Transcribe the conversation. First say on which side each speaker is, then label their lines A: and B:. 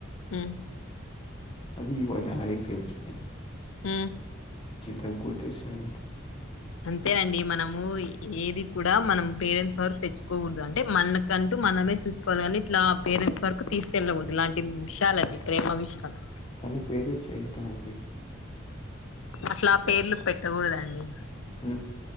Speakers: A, on the left (about 75°); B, on the left (about 25°).
A: ఆ.
B: అది వాళ్ళ డాడికి తెలుసుపోయింది.
A: ఉ.
B: చితక్కొట్టేసాండు.
A: అంతేనండి మనము ఏది కూడా మనం పేరెంట్స్ వరకు తెచ్చుకోగూడదు అంటే మన. కంతూ మనమే చూసుకోవాలి కానీ ఇట్లా పేరెంట్స్ వరకు తీసుకెళ్ళకూడదు ఇలాంటి విషయాలన్నీ ప్రేమ విషయాలు.
B: తను ప్రేమించేయదా అండి.
A: అసలా పేర్లు పెట్టకూడదండి.
B: ఉ.